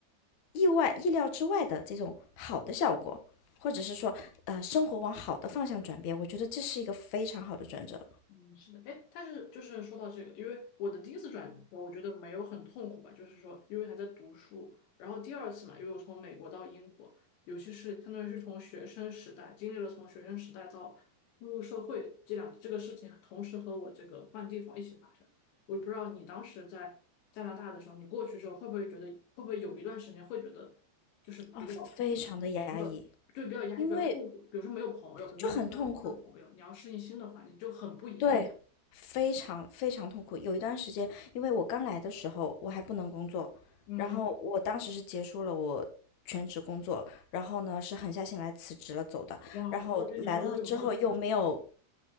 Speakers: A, on the left; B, on the left.
A: 意外、意料之外的这种好的效果，或者是说，呃，生活往好的方向转变。我觉得这是一个非常好的转折
B: 嗯，是的，哎，但是就是说到这个，因为我的第一次转学我觉得没有很痛苦吧，就是说，因为还在读书，然后第二次嘛，因为我从美国到英国，尤其是相当于是从学生时代经历了从学生时代到步入社会这两这个事情，同时和我这个换地方一起发生。我不知道你当时在加拿大的时候，你过去之后会不会觉得，会不会有一段时间会觉得就是比较
A: 啊，非常的压抑，
B: 比较对比较压抑、
A: 因为
B: 比较痛苦，比如说没有朋友，比如说你要交新的朋友，
A: 就很痛苦。
B: 你要适应新的环境，就很不一样。
A: 对，非常非常痛苦。有一段时间，因为我刚来的时候，我还不能工作，
B: 嗯哼，
A: 然后我当时是结束了我全职工作，然后呢是狠下心来辞职了走的。
B: 哇，
A: 然后来了之后又没有
B: 我觉得你好有勇气。